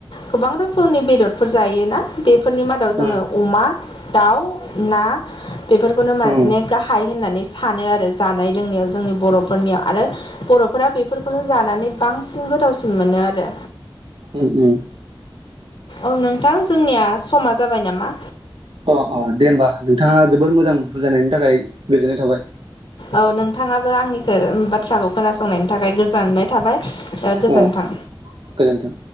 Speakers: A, on the left; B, on the right.
A: गोबां रोखोमनि बेदरफोर जायोना फोरनि मादाव जोङो
B: उम
A: अमा दाउ ना बेफोरखौनो माने
B: उम
A: गाहाय होननानै सानो आरो जानाय लोंनायाव जोंनि बर'फोरनियाव आरो बर'फोरा बेफोरखौनो जानानै बांसिन गोथावसिन मोनो आरो
B: ओम ओम
A: औ नोंथां जोंनिया समा जाबाय नामा
B: अ अ दे होमबा नोंथाङा जोबोर मोजां बुजायनायनि थाखाय गोजोननाय थाबाय
A: औ नोंथाङाबो आंनिखौ बाथ्राखौ खोनासंनायनि थाखाय गोजोननाय थाबाय दा गोजोन्थों
B: अ गोजोन्थों